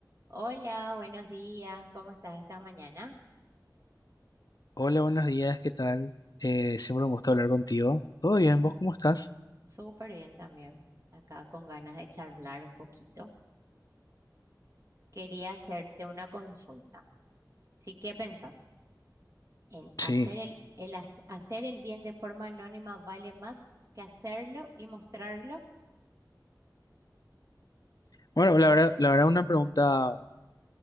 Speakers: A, on the right; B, on the left.
A: Hola, buenos días. ¿Cómo estás esta mañana?
B: Hola, buenos días, ¿qué tal? Eh, siempre un gusto hablar contigo. ¿Todo bien? ¿Vos cómo estás?
A: Súper bien también. Acá con ganas de charlar un poquito. Quería hacerte una consulta. Sí, ¿qué pensás? ¿En
B: Sí.
A: hacer el, el hac- hacer el bien de forma anónima vale más que hacerlo y mostrarlo?
B: Bueno, la verdad, la verdad una pregunta